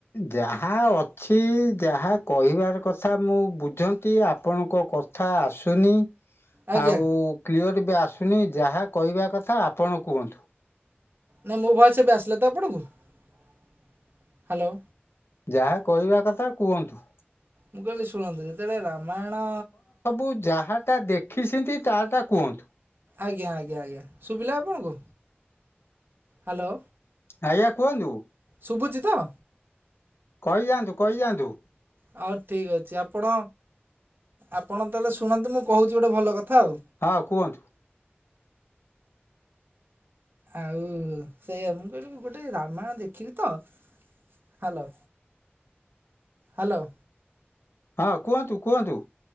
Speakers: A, on the left; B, on the right.
A: ଯାହା ଅଛି ଯାହା କହିବାର କଥା ମୁଁ ବୁଝନ୍ତି ଆପଣଙ୍କ କଥା ଆସୁନି।
B: ଆଜ୍ଞା
A: ଆଉ କ୍ଲିଅର ଏବେ ଆସୁନି ଯାହା କହିବା କଥା ଆପଣ କୁହନ୍ତୁ।
B: ନାଇଁ ମୋ ଭଏସ୍ ଏବେ ଆସିଲା ତ ଆପଣକୁ ହ୍ୟାଲୋ
A: ଯାହା କହିବା କଥା କୁହନ୍ତୁ
B: ମୁଁ କହିଲି ଶୁଣନ୍ତୁ ଯେତେବେଳେ ରାମାୟଣ
A: ତୁ ଯାହାକୁ ତା ଦେଖି ଚନ୍ତି ତାଟା କୁହନ୍ତୁ
B: ଆଜ୍ଞା ଆଜ୍ଞା ଆଜ୍ଞା ଶୁଭିଲା ଆପଣଙ୍କୁ ହାଲୋ।
A: ଆଜ୍ଞା କୁହନ୍ତୁ?
B: ଶୁଭୁଛିି ତ।
A: କହିଯାନ୍ତୁ କହିଯାନ୍ତୁ।
B: ହଉ ଠିକ୍ ଅଛି ଆପଣ ଆପଣ ତାହାଲେ ଶୁଣନ୍ତୁ ମୁଁ କହୁଛି ଗୋଟେ ଭଲ କଥା ଆଉ।
A: ହଁ କୁହନ୍ତୁ।
B: ଆଉ ସେଇଆ ମୁଁ କହିଲି ଗୋଟେ ରାମାୟଣ ଦେଖିଲି ତ। Hello hello.
A: ହଁ କୁହନ୍ତୁ କୁହନ୍ତୁ।